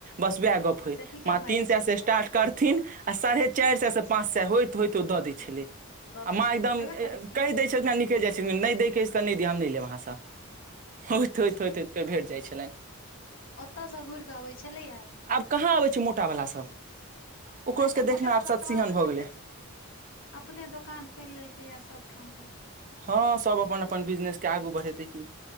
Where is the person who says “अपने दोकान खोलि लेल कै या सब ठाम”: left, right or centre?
Left